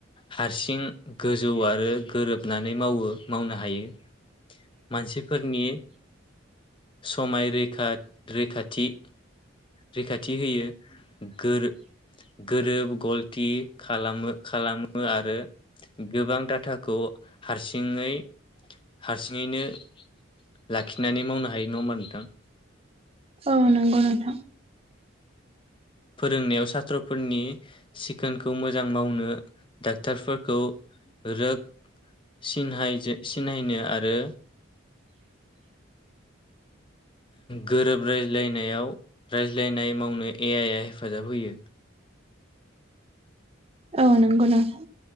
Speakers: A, on the left; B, on the right.
A: हारसिं गोजौ आरो गोरोबनानै मावो मावनो हायो। मानसिफोरनि समाय रैखाथ रैखाथि रैखाथि होयो गोर गोरोब गल थि खालामो खालामो आरो गोबां दाटाखौ हारसिङै हारसिङैनो लाखिनानै मावनो हायो नङा ओमबा नोंथां?
B: औ नोंगौ नोंथां।
A: फोरोंनायाव सात्र'फोरनि सिखोनखौ मोजां मावनो डाक्टारफोरखौ रोग सिनहायजो सिनायनो आरो गोरोब रायज्लायनायाव रायज्लायनाय मावनो ए आइ आ हेफाजाब होयो।
B: औ नंगौ नोंथा